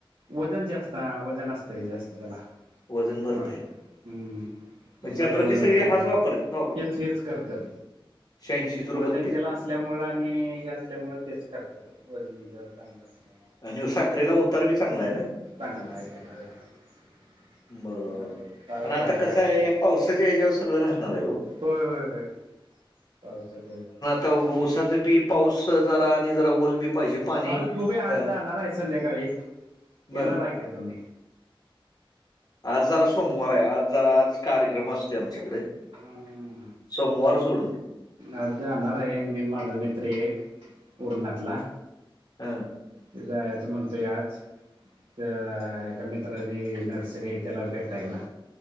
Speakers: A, on the right; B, on the left.
A: वजन जास्त आ वजन असतंय जास्त त्याला.
B: वजन भरतंय
A: हं. उसाला
B: जनरली
A: वजन
B: सगळी
A: चांगल
B: हाच वापरतात
A: हेच हेच करतात.
B: शेंयांशी झिरो बत्त-
A: वजनतेला असल्यामुळे आणि हे असल्यामुळे, तेच करतात. वजनी जड चांगलं असल्यामुळे.
B: आणि साखरेला उतार बी चांगलाय ना?
A: चांगलाय त्याला. <unintelligible>
B: बरोबर
A: उतारा
B: पण आता
A: चांगलाय
B: कसं आहे
A: छान.
B: या पावसाच्या ह्याच्यावर सगळं राहणार आहे हो.
A: होय. होय. होय. पावसाच्या -
B: उसासाठी पाऊस जरा आणि जरा ओल बी पाहिजे. पाणी
A: आज बघू या आज
B: अ,
A: जाणार आहे संध्याकाळी. येणार
B: बर
A: आहे का तुम्ही?
B: आज जरा सोमवार आहे. आज जरा आज कार्यक्रम असतो. आमच्याकड.
A: हम्म.
B: सोमवार सोडून.
A: आज जाणारे मी न माझा मित्र एक पर्णातला.
B: हां.
A: तो जायाचं म्हणतोय आज. त्या एका मित्राची नर्सरी आहे त्याला भेटायला.